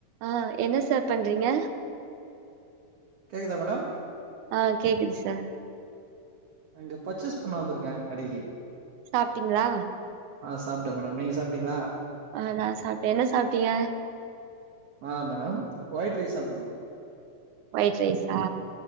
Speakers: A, on the right; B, on the right.
A: ஆ என்ன சார் பண்றங்க
B: கேக்குதா மேடம்
A: ஆ கேக்குது சார்
B: நா இங்க பர்ச்சேஸ் பண்ண வந்திருக்க கடைக்யே
A: சாப்ட்டீங்களா
B: சாப்ட்டே மேடம் நீங்க சாப்ட்டீங்களா
A: ஆ நா சாப்ட்டே என்ன சாப்ட்டீய
B: <unintelligible> ஒயிட் ரைஸ் சாப்ட மேடம்
A: ஒயிட் ரைஸா